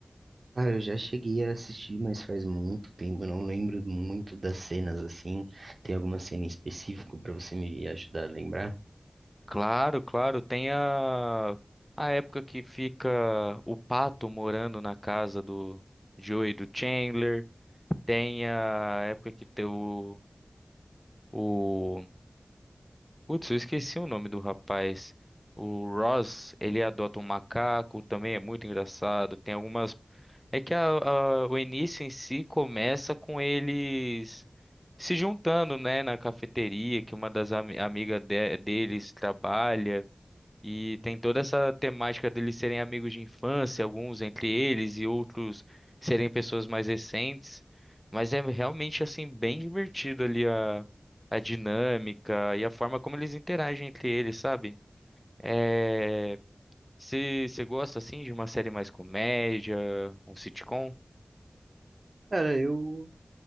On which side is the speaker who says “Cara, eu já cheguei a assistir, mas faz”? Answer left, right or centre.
Right